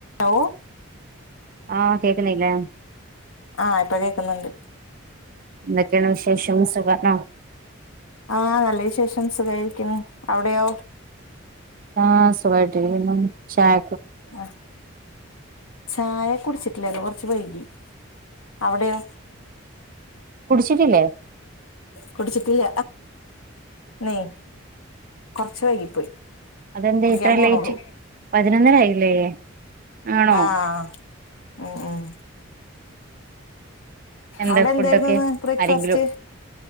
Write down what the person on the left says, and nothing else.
ഓ
ആ ഇപ്പൊ കേക്കുന്നുണ്ട്
ആഹ് നല്ല വിശേഷം സുഖയിരിക്കുന്നു അവിടെയോ
ആ ചായ കുടിച് ട്ടില്ലേന്ന് കൊർച്ച് വൈകി അവിടെയോ
കുടിച്ചിട്ടില്ല നെയ് കൊർച്ച വൈകിപ്പോയി
കുടിക്കാൻ
പോണുള്ളൂ
ആഹ് ഉം ഉം
അവിടെ എന്തായിരുന്നുന്ന്
ഇന്ന് ബ്രേക്ക്ഫാസ്റ്റ്